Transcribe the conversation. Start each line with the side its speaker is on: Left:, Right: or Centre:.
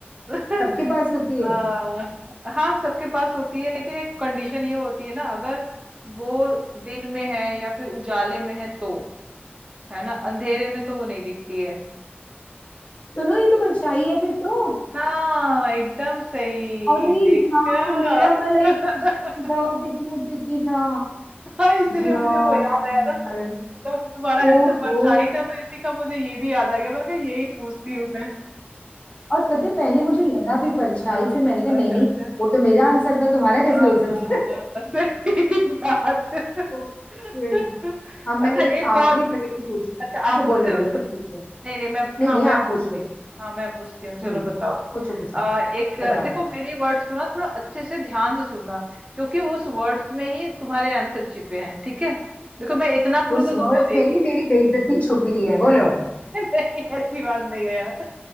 Right: <laughs>
Left: सबके पास होती है
Right: आ, हाँ सबके पास होती है लेकिन एक कंडीशन ये होती है ना अगर वो दिन में है या फिर उजाले में है तो है ना अंधेरे में तो वो नहीं दिखती है
Left: सुनो ये तो परछाई है फिर तो
Right: हाँ एकदम सही
Left: अरे
Right: देखा
Left: यार मेरा वाला
Right: <laughs>
Left: ही क्वेश्चन था और कितना ट्रिकी था
Right: हाँ इसीलिए
Left: यार
Right: मुझे वो याद आया ना जब तुम्हारा
Left: ओहो
Right: आंसर परछाई था तो इसी का मुझे ये भी याद आ गया मैंने कहा यही पूछती हूँ मैं
Left: और पता है, पहले मुझे लगा भी परछाई
Right: हाँ
Left: फिर मैंने कहा
Right: अच्छा
Left: नहीं नहीं
Right: अच्छा
Left: वो तो मेरा आंसर था तुम्हारा कैसे
Right: हाँ
Left: हो सकता
Right: हाँ
Left: है?"
Right: हाँ, सही बात <laughs>
Left: ओके। अब मैं
Right: अच्छा
Left: एक
Right: एक
Left: आखिरी
Right: और
Left: पहेली पूछूं
Right: अच्छा
Left: अच्छा
Right: आप पूछ
Left: बोलो
Right: रहे
Left: बोलो
Right: हो
Left: तुम पूछते हो
Right: नहीं नहीं मैं
Left: नहीं
Right: हाँ
Left: नहीं
Right: मैं
Left: आप
Right: पूछती
Left: पूछो
Right: हूँ हाँ मैं पूछती हूँ चलो
Left: हम्म
Right: बताओ
Left: पूछो पूछो
Right: आ, एक
Left: बताओ
Right: देखो मेरी वर्ड्स को ना थोड़ा अच्छे से ध्यान से सुनना क्योंकि उस वर्ड्स में ही तुम्हारे आंसर छिपे हैं ठीक है देखो मैं इतना क्लू
Left: उस
Right: तो
Left: वर्ड्स
Right: तुमको दे
Left: में ही
Right: दी पहले
Left: मेरी बेइज्जती छुपी है बोलो
Right: <laughs> नहीं ऐसी बात नहीं है यार